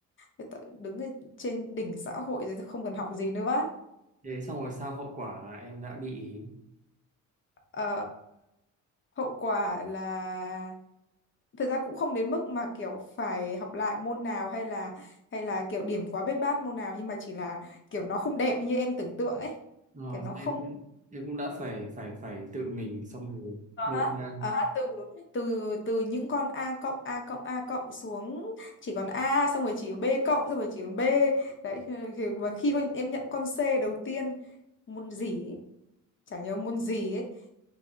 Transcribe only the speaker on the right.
Thế xong rồi sao hậu quả là em đã bị
ờ,
thế
em cũng em cũng đã phải phải phải tự mình xong rồi
ngộ
ngang